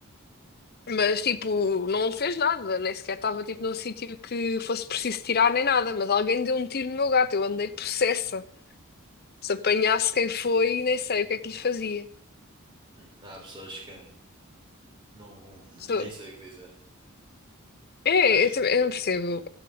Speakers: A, on the left; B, on the right.
A: Mas, tipo, não fez nada. Nem sequer estava, tipo, num sítio que fosse preciso tirar nem nada. Mas alguém deu um tiro no meu gato. Eu andei possessa. Se apanhasse quem foi, nem sei o que é que lhe fazia.
B: Hum, Há pessoas que não,
A: Se-
B: nem sei o que dizer.
A: É,
B: Que Acho
A: eu,
B: que,
A: também- eu não percebo.